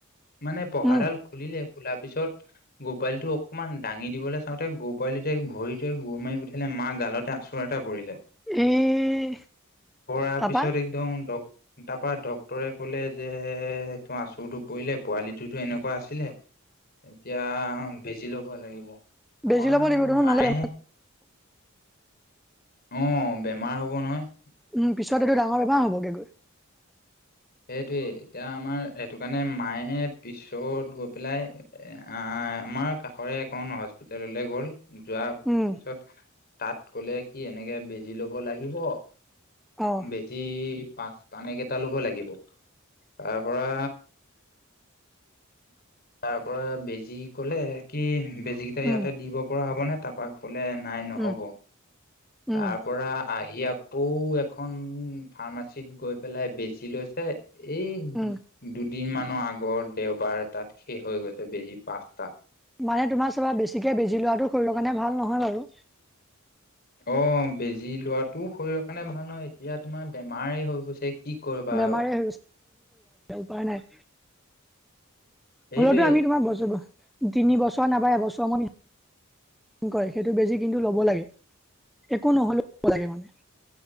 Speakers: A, on the left; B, in the centre.
A: মানে পহাৰডাল
B: উম
A: খুলিলে খোলাৰ পিছত। গহপালিটো অকণমান দাঙি দিবলৈ চাওঁতে গোহ পালিটতে ভৰিটোৱ গুৰ মাৰি পঠালে মাক গালতে আচল এতে লে
B: এই
A: পাৰ
B: তাপা
A: পিছত একদম ডক তাৰপৰা ডক্তৰে কলে যে তোৰ আচুৰটো পৰিলে পোৱালিটোতো এনেকুৱা আছিলে। এতিয়া বেজি লব লাগিব
B: বেজি
A: আমাৰ
B: ল'ব লাগিব ত
A: মায়ে
B: নহ'লে
A: অঁ, বেমাৰ হ'ব নহয়।
B: উম পিছত এইটো ডাঙৰ বেমাৰ হ'বগে গৈ।
A: সেইটোৱে, এতিয়া আমাৰ সেইটো কাৰণে মায়ে পিছত গৈ পেলাই আমাৰ কাষৰে একণ হস্পিতেললৈ গ'ল যোৱাৰ
B: উম
A: পিছত তাত কলে কি এনেকে বেজি লব লাগিব
B: অ
A: বেজি পাঁচটা নে কেইটা ল'ব লাগিব। তাৰ পৰা তাৰ পৰা বেজি কলে কি বেজিকেইটা ইয়াতে
B: উম
A: দিব পৰা হব নে? তাৰপা কলে নাই নহ'ব
B: উম উম
A: তাৰ পৰা আহি আকৌ এখন ফাৰ্মাচীত গৈ পেলাই বেজি লৈছে। এই
B: উম
A: দু দিনমানৰ আগত দেওবাৰ এটাত শেষ হৈ গৈছে বেজি পাঁচটা।
B: মানে তোমাৰ চাবা বেছিকে বেজি লোৱাটো শৰীৰৰ কাৰণে ভাল নহয় বাৰু।
A: অ', বেজি লোৱাটো শৰীৰৰ কাৰণে ভাল হয়হয় এতিয়া তোমাৰ বেমাৰেই হৈ গৈছে কি কৰিবা
B: বেমাৰে
A: আৰু
B: <unintelligible> উপায় নাই
A: সেইটোৱে
B: হলেতো আমি তোমাৰ বছৰ তিনি বছৰ নাপাই এবছৰ মান কয় সেইটো বেজি কিন্তু ল'ব লাগে একো নহ'লেও' লাগে মানে